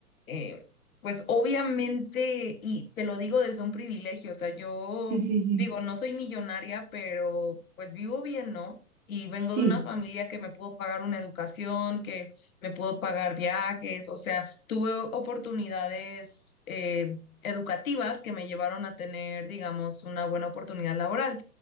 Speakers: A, on the left; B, on the right.
A: eh, pues obviamente, y te lo digo desde un privilegio, o sea, yo
B: Sí, sí, sí.
A: digo, no soy millonaria, pero pues vivo bien, ¿no? Y vengo
B: Sí,
A: de una familia que me pudo pagar una educación, que me pudo pagar viajes, o sea, tuve oportunidades, eh, educativas que me llevaron a tener, digamos, una buena oportunidad laboral.